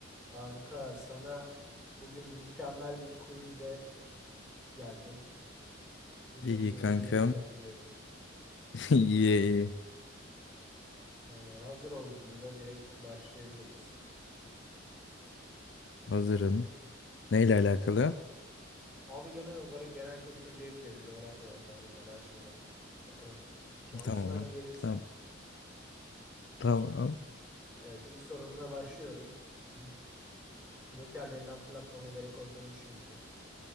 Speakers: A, in the centre; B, on the left (about 60°).
A: Kanka sana bugün mükemmel bir quizle geldim. Yine
B: İyi
A: yeni
B: kankam.
A: yeniden diyorum.
B: <laughs> İyi iyi.
A: Ee, hazır olduğunda direkt başlayabiliriz.
B: Hazırım.
A: Hmm,
B: Neyle alakalı?
A: Abi genel olarak genel kültür diyebilirim. Coğrafya var, tarih var, her şey var. Bakalım şansına
B: Tamam.
A: ne gelirse.
B: Tamam. Tamam.
A: Evet ilk sorumla başlıyorum. <clears throat> Hmm, Jokerlerini hatırlatmama gerek olduğunu düşünmüyorum.